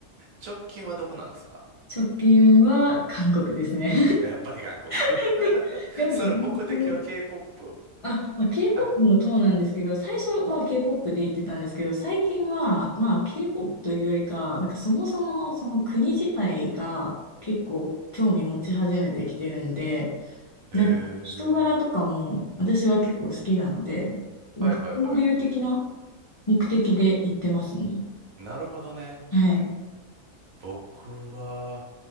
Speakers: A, on the right; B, on the left.
A: 直近はどこなんですか
B: 直近は韓国ですね。
A: やっぱり韓国。<laughs>
B: <laughs> やっぱずっと、
A: それ目的は K-POP。
B: あ、まあ、K-POP
A: あ、
B: もそうなんですけど、最初はまあ K-POP で言ってたんですけど、最近はまあ K-POP というよりか、なんかそもそものその国自体が結構興味持ち始めてきてるんで、
A: へえ。
B: なんか人柄とかも私は結構好きなので、
A: はいはいはい。
B: なんか交流的な目的で行ってますね。
A: なるほどね。
B: はい。
A: 僕は、